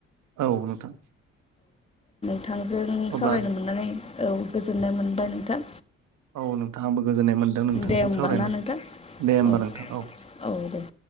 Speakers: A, on the right; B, on the left.
A: औ नोंथां।
B: बिथांजों सावरायनो
A: अब्ला
B: मोननानै औ गोजोननाय मोनबाय नोंथां।
A: औ नोंथां आंबो गोजोननाय मोनदों नोंथांजों
B: दे होमबा
A: सावरायना
B: ना नोंथां
A: दे होमबा
B: औ
A: नोंथां औ।
B: औ दे